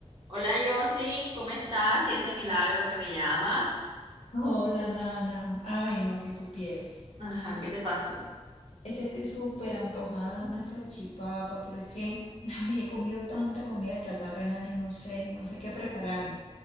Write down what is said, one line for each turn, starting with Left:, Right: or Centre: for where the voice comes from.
Right: Hola, Josin, ¿cómo estás? Y ese milagro que me llamas.
Left: Hola, Nana. Ay, no, si supieras.
Right: Ajá, ¿qué te pasó?
Left: Es que estoy súper antojada de una salchipapa, pero es que ay, he comido tanta comida chatarra, Nana, y no sé, no sé qué prepararme.